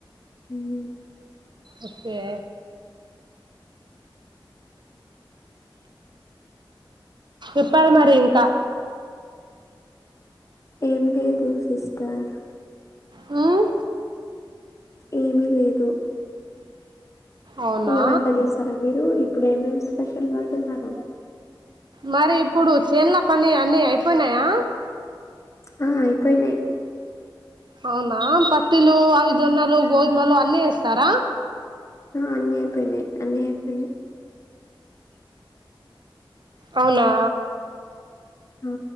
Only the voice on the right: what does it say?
ఒకే. ఇప్పాలి మరి ఇంకా
మ్మ్
అవునా
మరి ఇప్పుడు చేన్ల పని అన్ని అయిపొయినయా.
అవునా పత్తిలు అవి జొన్నలు గోధుమలు అన్నీ యేస్తారా.
అవునా.